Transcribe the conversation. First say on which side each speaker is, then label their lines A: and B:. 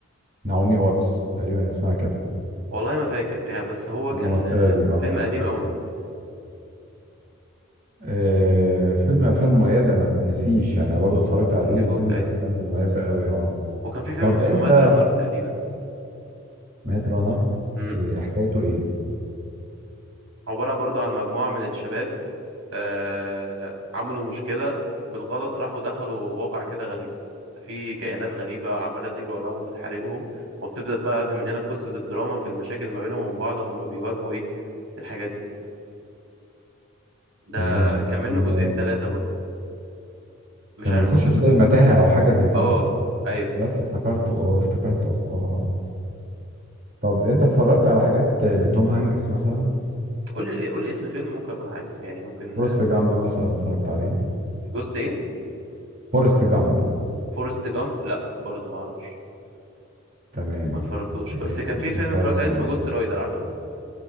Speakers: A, on the right (about 45°); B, on the right (about 80°).
A: نعومي واتس تقريبا اسمها كده
B: والله ما فاكر يعني بس هو كان
A: الممثلة
B: آه،
A: دي اه
B: فيلم قديم قوي
A: آه، فيلم افلام مميزة ما تنسيش يعني انا برضو اتفرجت عليه
B: كينج كونج
A: فيلم
B: ايوه
A: افلام مميزة قوي اه
B: وكان في فيلم
A: طب
B: اسمه
A: انت
B: ماد رانر تقريبا
A: ميد رانر
B: امم
A: إيه حكايته ايه
B: عبارة برضو عن مجموعة من الشباب آه عملوا مشكلة بالغلط راحوا دخلوا واقع كده غريب في كيانات غريبة عمالة تجري وراهم وبتحاربهم وبتبدأ بقى من هنا قصة الدراما في المشاكل ما بينهم وبين بعض وهم بيواجهوا ايه الحاجات دي ده
A: تمام
B: كان منه
A: كان
B: جزئين ثلاثة برضو مش
A: كان
B: عارف
A: بيخشوا
B: ممكن
A: في
B: تكون
A: زي متاهة او حاجة زي كده
B: اه ايوه
A: بس افتكرته اه افتكرته اه اه طب انت اتفرجت على حاجات لتوم هانكس مثلا
B: قول لي قول لي اسم فيلم ممكن اكون عارف يعني ممكن
A: فورست
B: آه،
A: جامب مثلا اتفرجت عليه
B: جوست ايه
A: فورست جامب
B: فورست جامب لا برضو ما اعرفش
A: تمام
B: ما اتفرجتوش
A: إيه،
B: بس كان
A: ما
B: في فيلم
A: اتفرجتش
B: اتفرجت عليه
A: عليه
B: اسمه جوست رايدر عارفه